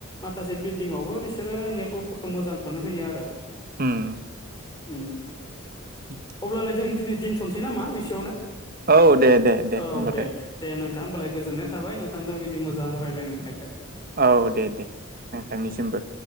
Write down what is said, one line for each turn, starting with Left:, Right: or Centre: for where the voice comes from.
Left: माखासे बिल्दिंआवबो बेसे बिसोरो नेटवर्कफोरखौ मोजांखौनो होयो आरो
Right: उम
Left: उम
Right: <inaudible>
Left: अब्लालाय जों दिनै दिनथ'नोसै नामा बेसेयावनो
Right: औ दे दे
Left: औ
Right: होमबालाय
Left: दे दे दे नोंथां होमबालाय गोजोननाय थाबाय नों थांदों बिदि मोजां रायलायनो मोननायखाय
Right: औ दे दे नोंथांनिसिमबो